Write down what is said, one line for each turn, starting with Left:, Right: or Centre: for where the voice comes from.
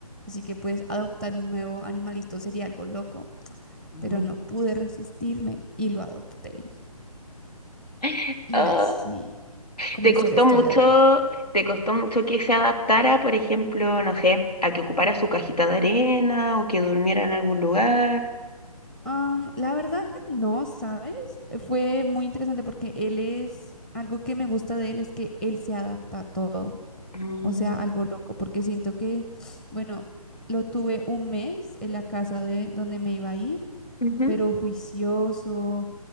Centre: así que pues adoptar un nuevo animalito sería algo loco,
Left: Mm.
Centre: pero no pude resistirme y lo adopté.
Left: <laughs>
Centre: Y
Left: Ah,
Centre: así comenzó
Left: ¿Te costó
Centre: la historia
Left: mucho,
Centre: del gato.
Left: te costó mucho que se adaptara, por ejemplo, no sé, a que ocupara su cajita de arena o que durmiera en algún lugar?
Centre: Am, la verdad, no, ¿sabes? Fue muy interesante porque él es, algo que me gusta de él es que él se adapta a todo,
Left: Mm,
Centre: o sea, algo loco, porque siento que, bueno, lo tuve un mes en la casa de donde me iba a ir,
Left: ujú.
Centre: pero juicioso